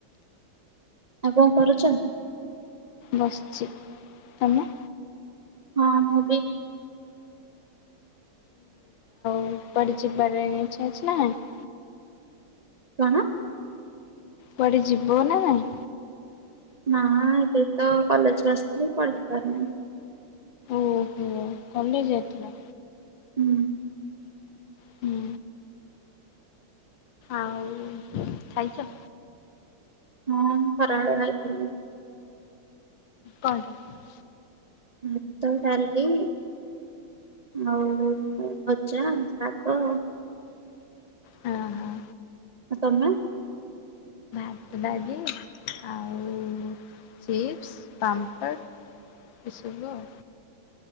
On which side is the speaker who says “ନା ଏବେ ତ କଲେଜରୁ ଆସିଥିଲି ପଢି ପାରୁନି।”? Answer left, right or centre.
Right